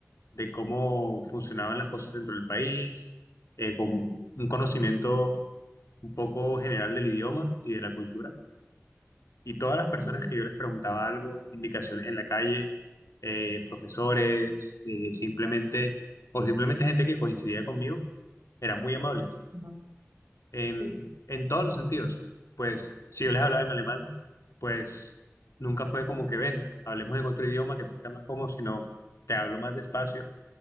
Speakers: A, on the left (about 85°); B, on the right (about 50°).
A: de cómo funcionaban las cosas dentro del país, eh, con
B: ujú,
A: un conocimiento un poco general del idioma y de la cultura. Y todas las personas
B: ujú,
A: que yo les preguntaba algo, indicaciones en la calle, eh, profesores, eh, simplemente, o simplemente gente que coincidía conmigo, eran muy amables
B: ajá,
A: en,
B: Sí,
A: en todos los sentidos. Pues si yo les hablaba en alemán, pues nunca fue como que ven, hablemos en otro idioma que te sienta más cómodo, sino te hablo más despacio